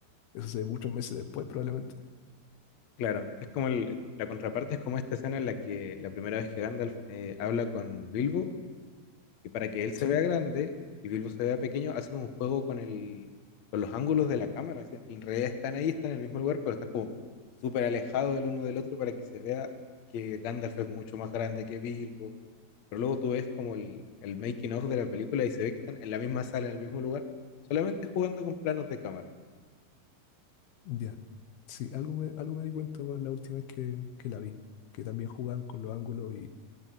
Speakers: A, on the left; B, on the left.
A: Eso se ve muchos meses después, probablemente.
B: Claro, es como el- la contraparte es como esta escena en la que la primera vez que Gandalf eh, habla con Bilbo y para que él se
A: Sí,
B: vea grande y Bilbo se vea pequeño, hacen un juego con el, con los ángulos de la cámara. así, en realidad están ahí, están en el mismo lugar, pero están como súper alejados el uno del otro para que se vea que Gandalf es mucho más grande que Bilbo. Pero luego tú ves como el, el making of de la película y se ve que están en la misma sala, en el mismo lugar, solamente jugando con planos de cámara.
A: ya. Sí, algo me, algo me di cuenta con la última vez que, que la vi, que también jugaban con los ángulos